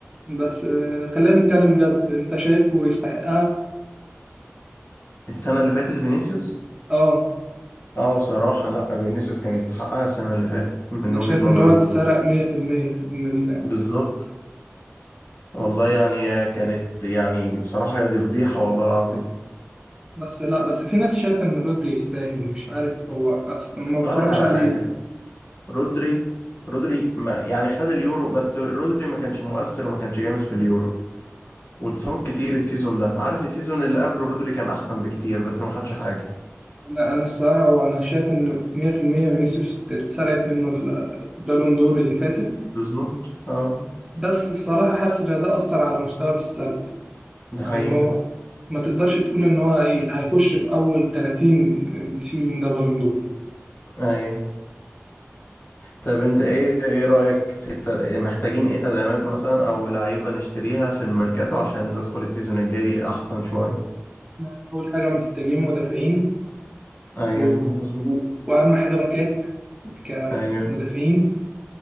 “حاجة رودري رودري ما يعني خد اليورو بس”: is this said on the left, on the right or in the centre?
Left